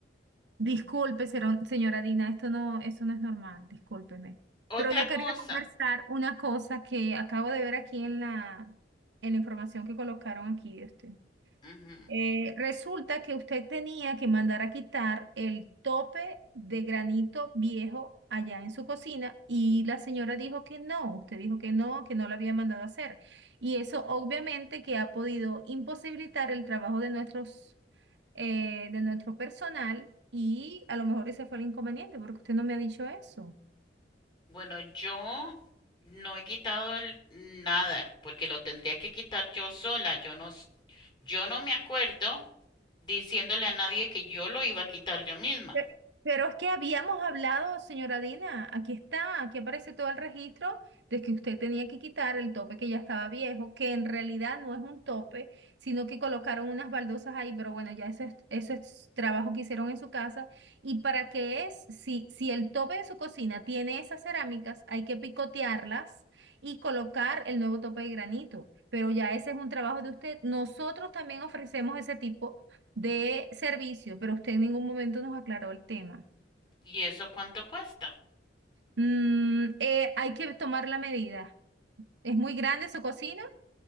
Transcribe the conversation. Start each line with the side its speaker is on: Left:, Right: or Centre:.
Right: Disculpe, sero- señora Dina, esto no, eso no es normal, discúlpeme.
Left: Otra
Right: Pero yo quería
Left: cosa.
Right: conversar una cosa que acabo de ver aquí en la, en la información que colocaron aquí de usted.
Left: Ujú.
Right: Eh, resulta que usted tenía que mandar a quitar el tope de granito viejo allá en su cocina y la señora dijo que no, usted dijo que no, que no lo había mandado a hacer. Y eso obviamente que ha podido imposibilitar el trabajo de nuestros, eh, de nuestro personal y a lo mejor ese fue el inconveniente porque usted no me ha dicho eso.
Left: Bueno, yo no he quitado el- nada, porque lo tendría que quitar yo sola. Yo no, s- yo no me acuerdo diciéndole a nadie que yo lo iba a quitar yo misma.
Right: Pe- Pero es que habíamos hablado, señora Dina, aquí está, aquí aparece todo el registro de que usted tenía que quitar el tope que ya estaba viejo, que en realidad no es un tope, sino que colocaron unas baldosas ahí, pero bueno, ya eso es, eso es trabajo que hicieron en su casa. ¿Y para qué es? Si, si el tope de su cocina tiene esas cerámicas, hay que picotearlas y colocar el nuevo tope de granito. Pero ya ese es un trabajo de usted. Nosotros también ofrecemos ese tipo de servicio, pero usted en ningún momento nos aclaró el tema.
Left: ¿Y eso cuánto cuesta?
Right: Mm, eh, hay que tomar la medida. ¿Es muy grande su cocina?